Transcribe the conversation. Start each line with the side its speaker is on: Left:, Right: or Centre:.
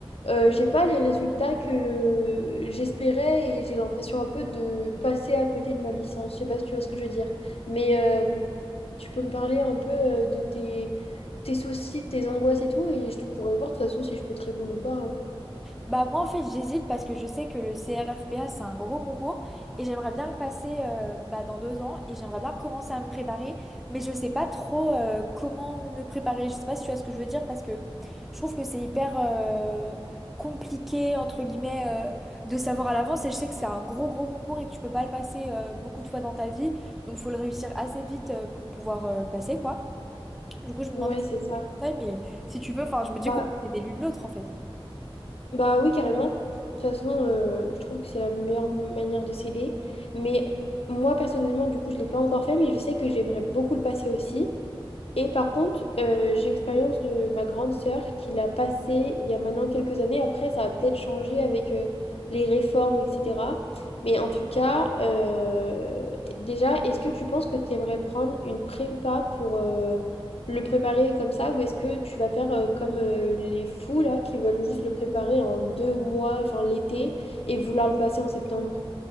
Left: Euh, j'ai pas les résultats que j'espérais et j'ai l'impression un peu de passer à côté de ma licence. Je sais pas si tu vois ce que je veux dire. Mais euh, tu peux me parler un peu euh, de tes tes soucis, tes angoisses et tout, et je te pourrais voir de toute façon si je peux te répondre ou pas. hein.
Centre: Bah moi en fait j'hésite parce que je sais que le CRFPA c'est un gros concours et j'aimerais bien le passer euh, bah, dans deux ans et j'aimerais bien commencer à me préparer mais je sais pas trop euh, comment me préparer je sais pas si tu vois ce que je veux dire parce que je trouve que c'est hyper euh, compliqué entre guillemets euh, de savoir à l'avance et je sais que c'est un gros gros concours et que tu peux pas le passer euh, beaucoup de fois dans ta vie donc faut le réussir assez vite euh, pour pouvoir euh, passer quoi du coup je me demandais
Left: Ouais,
Centre: si
Left: c'est
Centre: t'avais
Left: ça.
Centre: des conseils mais si tu veux enfin je me dis
Left: Bah,
Centre: qu'on peut aider l'une l'autre en fait
Left: bah oui, carrément. De toute façon, euh, je trouve que c'est la meilleure manière de s'aider. Mais moi, personnellement, du coup, je ne l'ai pas encore fait, mais je sais que j'aimerais beaucoup le passer aussi. Et par contre, euh, j'ai l'expérience de ma grande sœur qui l'a passé il y a maintenant quelques années. Après, ça a peut-être changé avec euh, les réformes, etc. Mais en tout cas, euh, déjà, est-ce que tu penses que tu aimerais prendre une prépa pour euh, le préparer comme ça, ou est-ce que tu vas faire euh, comme euh, les fous là qui veulent juste le préparer en deux mois, enfin l'été, et vouloir le passer en septembre?